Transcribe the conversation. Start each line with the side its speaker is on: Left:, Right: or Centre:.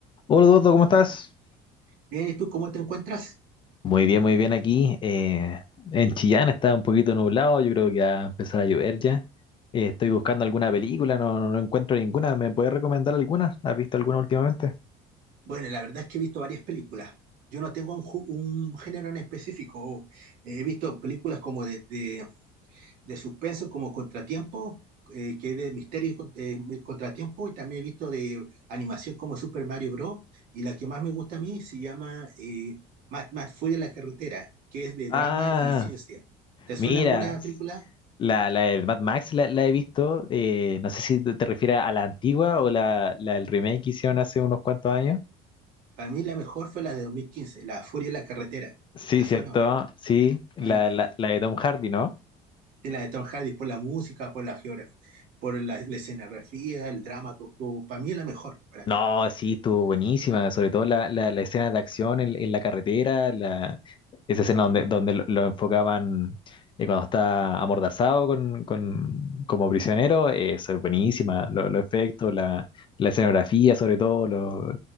Left: Hola Eduardo, ¿cómo estás?
Right: Bien, ¿y tú cómo te encuentras?
Left: Muy bien, muy bien aquí. eh, en Chillán está un poquito nublado, yo creo que va a empezar a llover ya. Eh, estoy buscando alguna película, no, no no encuentro ninguna. ¿Me puedes recomendar alguna? ¿Has visto alguna últimamente?
Right: Bueno, la verdad es que he visto varias películas. Yo no tengo un, ju- un género en específico. He visto películas como de, de, de suspenso, como Contratiempo, eh, que es de misterio y con- eh, Contratiempo, y también he visto de animación como Super Mario Bros. Y la que más me gusta a mí se llama eh, Mad, Mad Fury en la carretera, que es de
Left: Ah,
Right: drama y ciencia. ¿Te
Left: mira,
Right: suena alguna película?
Left: la, la del Mad Max la, la he visto. eh, no sé si te te refieres a la antigua o la, la del remake que hicieron hace unos cuantos años.
Right: Para mí la mejor fue la de 2015, La Furia en la carretera.
Left: Sí,
Right: ¿Te
Left: cierto,
Right: suena o
Left: sí, la,
Right: no?
Left: la, la de Tom Hardy, ¿no?
Right: en la de Tom Hardy, por la música, por la geografía, por la, la escenografía, el drama, todo, todo. Para mí es la mejor, para
Left: No,
Right: mí.
Left: sí, estuvo buenísima, sobre todo la, la, la escena de acción en, en la carretera, la, esa escena
Right: Sí.
Left: donde, donde lo, lo enfocaban eh, cuando está amordazado con, con, como prisionero, eh, eso es buenísima, lo- los efectos, la, la escenografía sobre todo, lo,